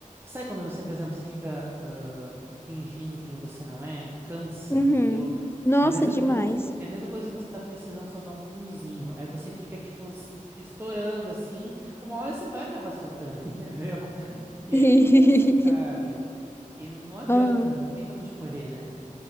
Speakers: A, on the right; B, on the left.
A: Sabe quando você, por exemplo, você fica ah, fingindo quem você não é? Cansa,
B: Uhum.
A: entendeu?
B: Nossa,
A: É a mesma
B: demais.
A: coisa que, é a mesma coisa que você tá precisando soltar um punzinho. Aí você fica, tipo, se estourando assim. Uma hora você vai acabar soltando, <laughs> entendeu? E
B: <laughs>
A: é isso, sabe? E não, não adianta,
B: Ah.
A: não tem pra onde correr, né?